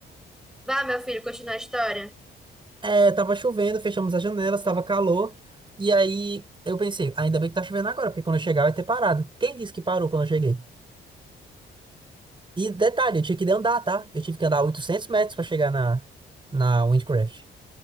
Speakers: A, in the centre; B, on the right (about 25°).
A: Vá, meu filho, continuar a história.
B: É, tava chovendo, fechamos as janelas, tava calor. E aí eu pensei, ainda bem que tá chovendo agora, porque quando eu chegar vai ter parado. Quem disse que parou quando eu cheguei? E detalhe, eu tinha que andar, tá? Eu tive que andar 800 metros pra chegar na, na Windcraft.